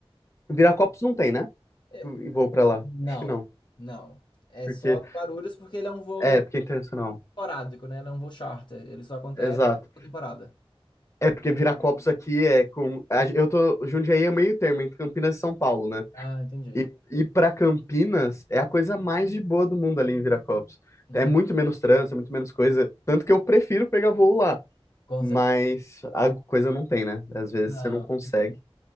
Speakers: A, on the left; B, on the left.
A: Viracopos não tem, né?
B: É, é,
A: E vou pra lá.
B: Não,
A: Acho que não.
B: não. É
A: Porque,
B: só de Guarulhos porque ele é um voo
A: é, porque é internacional.
B: esporádico, né? Ele é um voo charter. Ele só acontece
A: Exato.
B: por temporada.
A: É, porque Viracopos aqui é com. a- Eu tô. Jundiaí é meio termo, entre Campinas e São Paulo, né?
B: Ah, entendi.
A: E ir pra Campinas é a coisa mais de boa do mundo ali em Viracopos.
B: Hum,
A: É muito menos trânsito, é muito menos coisa. Tanto que eu prefiro pegar voo lá.
B: com
A: Mas
B: certeza.
A: a coisa não tem, né? Às vezes
B: Não.
A: você não consegue.
B: não tem.